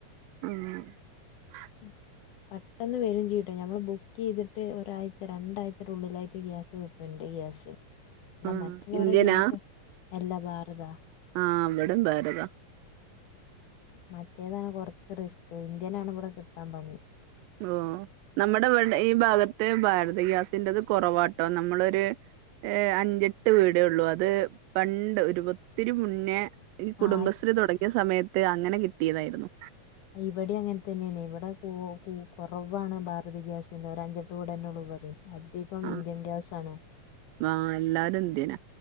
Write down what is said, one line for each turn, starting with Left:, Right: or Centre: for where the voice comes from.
Right: ഉം
Left: ഉം പെട്ടെന്ന് വരും ചെയ്യുംട്ടോ ഞമ്മള് ബുക്ക് ചെയ്തിട്ട് ഒരാഴ്ച രണ്ടാഴ്ചയുടെ ഉള്ളിലായിട്ട് ഗ്യാസ് കിട്ടും എന്റെ ഗ്യാസ് അഹ്
Right: ആഹ്
Left: മറ്റുള്ളവരുടെ
Right: ഇന്ത്യനാ
Left: ഗ്യാസ് എല്ലാ വേറതാ
Right: ആഹ് അവിട ബെറത
Left: മറ്റേതാണ് കൊറച്ച് റിസ്ക് ഇന്ത്യനാണ് ഇവിടെ കിട്ടാൻ പണി
Right: ഓ നമ്മടെ വ ഈ ഭാഗത്ത് ഭാരത ഗ്യാസിന്റത് കൊറവാട്ടോ നമ്മളൊരു ഏഹ് അഞ്ചെട്ട് വീടൊള്ളൂ അത് പണ്ട് ഒത്തിരി മുന്നേ ഈ കുടുംബശ്രീ
Left: ആ
Right: തടങ്ങിയ സമയത്ത് അങ്ങനെ കിട്ടിയതായിരുന്നു
Left: ഇവിടെ അങ്ങൻ തന്നെണ് ഇവിടെ കൊറവാണ് ഭാരത ഗ്യാസ് <unintelligible> അഞ്ചെട്ട് വീടെന്നെള്ളുവിടം അധികം
Right: ആഹ്
Left: ഇന്ത്യൻ ഗ്യാസ് ആണ്
Right: ആഹ് എല്ലാരും ഇന്ത്യന